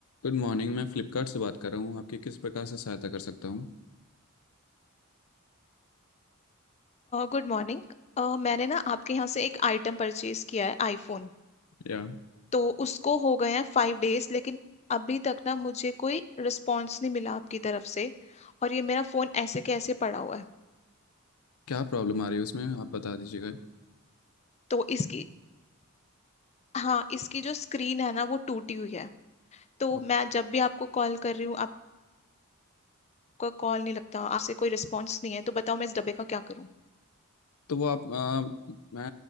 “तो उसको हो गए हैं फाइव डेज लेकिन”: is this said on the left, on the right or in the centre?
Left